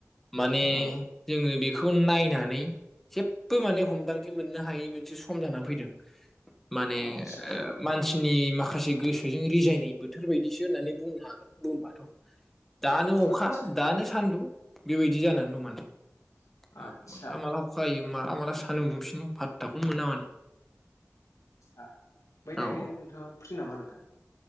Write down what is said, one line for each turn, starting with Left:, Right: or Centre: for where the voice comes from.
Centre: माने
Left: औ
Centre: जोङो बेखौ नायनानै जेबबो माने हमदांथि मोननो हायै मोनसे सम जानानै फैदों। माने
Left: आदसा
Centre: मानसिनि माखासे गोसोजों रिजायनाय बोथोर बायदिसो होननानै बुंनो हागोन बुंबाथ' दानो अखा
Left: आदसा
Centre: दानो सान्दुं बेबायदि जानानै दंमाने
Left: आदसा
Centre: औ माला
Left: आदसा
Centre: माला अखा हायो माला माला सानदुंफिनो फादथाखौनो मोना माथो।
Left: आसा ओमफ्राय दायो
Centre: औ औ
Left: नोंथाङा फ्रिनामा नोंथां?